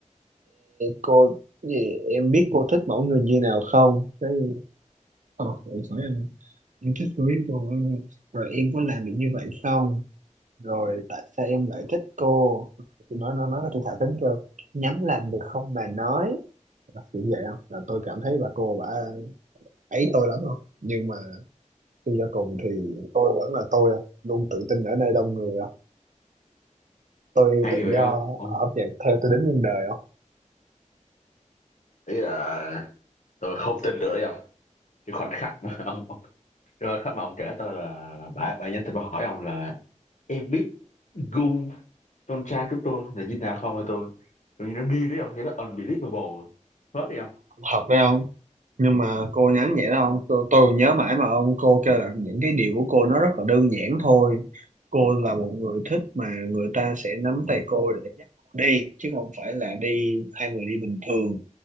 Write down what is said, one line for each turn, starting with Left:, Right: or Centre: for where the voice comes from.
Right: cô cái gì em biết cô thích mẫu người như nào không cái ờ, tôi hỏi em em thích cô biết cô rồi em có làm được như vậy không rồi tại sao em lại thích cô tôi nói nó nói tôi thả thính kêu nhắm làm được không mà nói Là kiểu vậy không là tôi cảm thấy bà cô bà ấy tôi lắm không nhưng mà suy cho cùng thì tôi vẫn là tôi không luôn tự tin ở nơi đông người không tôi
Left: hay
Right: tự
Left: vậy
Right: do
Left: không ông
Right: âm nhạc theo tôi đến muôn đời không
Left: ý là tôi không tin được đấy không cái khoảnh khắc mà ông ông- cái khoảnh khắc mà ông kể tôi là bà bà nhắn tin bà hỏi ông là em biết gu con trai của tôi là như nào không hay tôi tôi nghĩ nó đi đấy không cái đó unbelievable hết đi không
Right: thật phải không nhưng mà cô nhắn vậy đó không tôi, tôi còn nhớ mãi mà ông cô kêu là những cái điều của cô nó rất là đơn giản thôi cô là một người thích mà người ta sẽ nắm tay cô để dắt cô đi chứ không phải là đi hai người đi bình thường